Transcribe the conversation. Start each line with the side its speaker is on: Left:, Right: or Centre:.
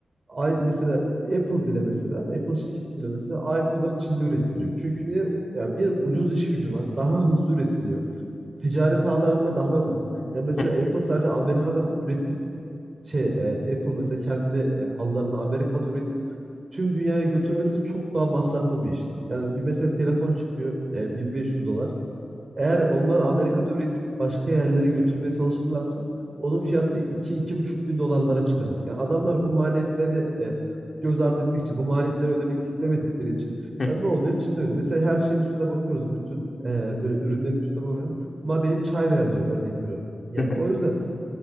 Right: ay mesela Apple bile mesela Apple şirketi bile mesela iPhone'ları Çin'de ürettiriyor. Çünkü niye? Ya bir ucuz iş gücü var. Daha hızlı üretiliyor ticaret ağlarında daha hızlı. Ya mesela
Left: Hı
Right: Apple sadece Amerika'dan üretip şey e, Apple mesela kendi e, mallarını Amerika'da üretip tüm dünyaya götürmesi çok daha masraflı bir iş. Yani bir mesela telefon çıkıyor e, 1500 dolar. Eğer onlar Amerika'da üretip başka yerlere götürmeye çalışırlarsa onun fiyatı iki iki buçuk bin dolarlara çıkacak. Yani adamlar bu maliyetleri e, göz ardı etmek için, bu maliyetleri ödemek istemedikleri için
Left: hı,
Right: yani ne oluyor? Çin'de öyle. Mesela her şeyin üstüne bakıyoruz. Bütün e, böyle ürünlerin üstüne bakıyoruz. Made in China yazıyor örnek veriyorum. Yani
Left: hı hı.
Right: o yüzden